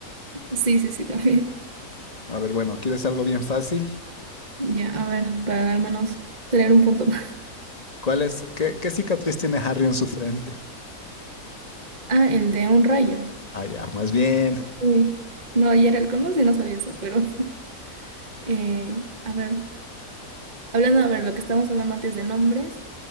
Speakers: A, on the right; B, on the left.
A: Sí, sí, sí, <laughs> también.
B: A ver, bueno, ¿quieres algo bien fácil?
A: Ya, a ver, para al menos tener un punto más.
B: ¿Cuál es? ¿Qué, qué cicatriz tiene Harry en su frente?
A: Ah, el de un rayo.
B: Ah, ya, más bien.
A: Sí. No, y era el colmo, sí, no sabía eso, pero. <laughs> eh, a ver, hablando, a ver, lo que estábamos hablando antes de nombres,